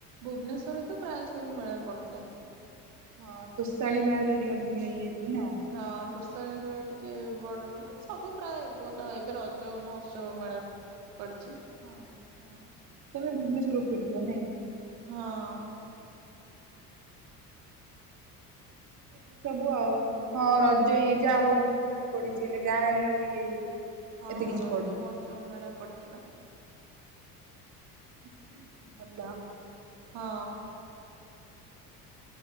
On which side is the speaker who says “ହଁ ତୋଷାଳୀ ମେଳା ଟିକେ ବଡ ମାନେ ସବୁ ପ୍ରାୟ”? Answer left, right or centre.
Right